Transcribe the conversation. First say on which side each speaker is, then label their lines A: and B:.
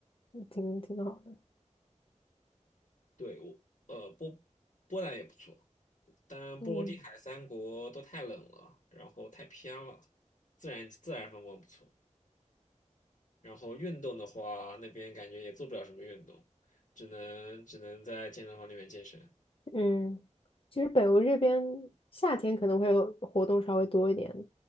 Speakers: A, on the left; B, on the left.
A: 挺挺好的。
B: 对，我呃波波兰也不错，但波罗的海三国都太冷了，
A: 嗯
B: 然后太偏了，自然自然风光不错。然后运动的话，那边感觉也做不了什么运动，只能只能在健身房里面健身。
A: 嗯，其实北欧这边夏天可能会有活动稍微多一点，